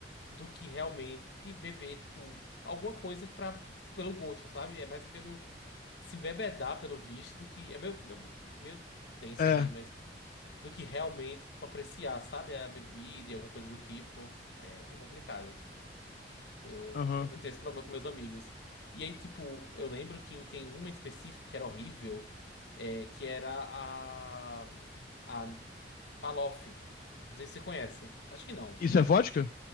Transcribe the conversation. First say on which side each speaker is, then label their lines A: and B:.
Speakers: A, on the left; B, on the left.
A: do que realmente beber, tipo, alguma coisa pra, pelo gosto, sabe? É mais pelo se embebedar, pelo visto, do que. É meio, meio, meio tenso
B: É,
A: isso aí, mas. Do que realmente, tipo, apreciar, sabe? A bebida e alguma coisa do tipo. é é complicado. Eu,
B: aham.
A: <laughs> eu tenho esse problema com meus amigos. E aí, tipo, eu lembro que tem uma específica que era horrível, é, que era a, a Palof. Não sei se você conhece. Acho que não.
B: Isso é vodka?